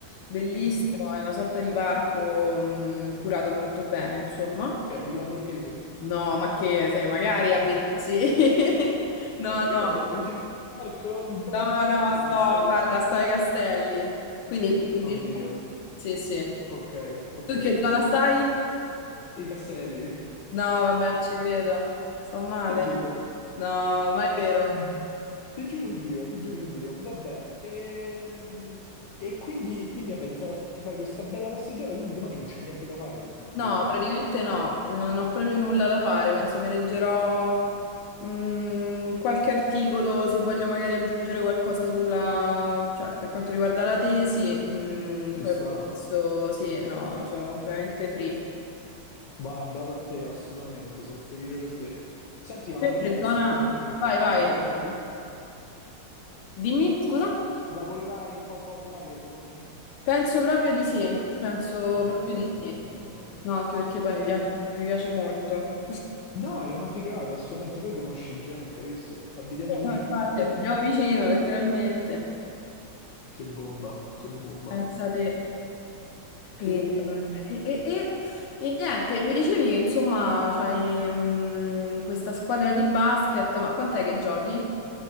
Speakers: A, on the left; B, on the left.
A: bellissimo,
B: Mhm.
A: è una sorta di parco mh, curato molto bene, insomma.
B: Che è Villa Borghese?
A: No, ma che se magari abitassi.
B: Ah.
A: <laughs> No,
B: E che
A: no,
B: ne so, mi dici un parco ben
A: no,
B: curato,
A: no, sto,
B: pensavo
A: guarda,
B: che...
A: sto ai castelli. Quindi diciamo,
B: Oddio,
A: sì, sì.
B: ok, ok.
A: Tu in che zona stai?
B: I castelli,
A: No, vabbè, non ci credo. Fa male.
B: ti giuro.
A: No, ma è vero.
B: Mm. Ti giuro su Dio, ti giuro su Dio. Vabbè, ehm, e, quindi, quindi vabbè, ti fa- ti fai questa bella passeggiata, quindi domani non c'è niente da fare, in fin
A: No,
B: dei conti.
A: praticamente no, non ho proprio nulla da fare. Penso mi leggerò mm, qualche articolo se voglio magari aggiungere qualcosa sulla, cioè, per quanto riguarda la tesi. mm, poi
B: Ci sta.
A: per il resto sì, no, sono completamente free.
B: Va, beato a te, assolutamente, sono felice per te. Senti, ma
A: Te
B: che
A: Che
B: ne pensi?
A: zona?
B: Domani
A: Vai, vai.
B: lavorerai?
A: Dimmi, scusa?
B: Lavorerai qua su Outlier domani?
A: Penso proprio di sì, penso
B: Mm.
A: proprio
B: Bene,
A: di
B: bene,
A: sì.
B: bene, bene.
A: No, anche perché poi mi
B: Che,
A: piace mi piace molto.
B: No, è una figata, assolutamente. Poi conosci gente, hai visto? Abitiamo
A: Sì,
B: vicini.
A: no, infatti,
B: <laughs>
A: abitiamo vicino, letteralmente.
B: Che bomba, che bomba.
A: Pensate, e,
B: Ehm,
A: e- e- e- e niente, mi dicevi che insomma c'hai mm, questa squadra di basket, ma quant'è che giochi?